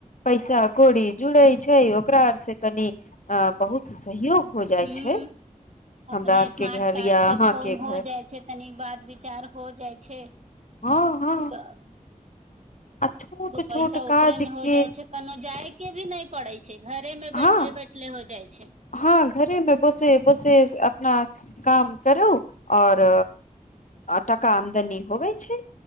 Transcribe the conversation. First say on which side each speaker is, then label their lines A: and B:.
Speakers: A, on the left; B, on the right.
A: पैसा कौड़ी जुड़े छै ओकरा आर से तनी अ बहुत सहयोग हो जाइ
B: ह
A: छै हमरा
B: अपने
A: आर
B: स्मार्ट
A: के घर
B: कार्ड
A: या
B: से
A: अहाँ
B: फोन
A: के घर
B: हो जाइ छै तनी बात विचार हो जाइ छै
A: हँ हँ
B: तऽ
A: आ छोट
B: दू
A: छोट
B: पैसा
A: काज
B: ओकरे मे हो
A: के
B: जाइ छै कोनो जाय के भी नहि पड़ै छै घरे मे
A: हँ
B: बैठले बैठले हो जाइ छै
A: हँ घरेमे बसे बसे अपना काम करू आओर टका आमदनी होवै छै